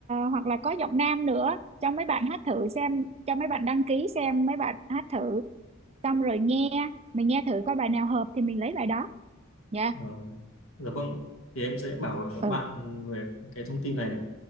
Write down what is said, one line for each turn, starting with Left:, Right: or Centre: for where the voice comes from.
Right: hoặc là có giọng nam nữa cho mấy bạn hát thử xem cho mấy bạn đăng ký xem mấy bạn hát thử xong rồi nghe mình nghe thử coi bài nào hợp thì mình lấy bài đó nha
Left: Ờ, dạ vâng. Thì em sẽ bảo với các bạn
Right: ừ
Left: về cái thông tin này.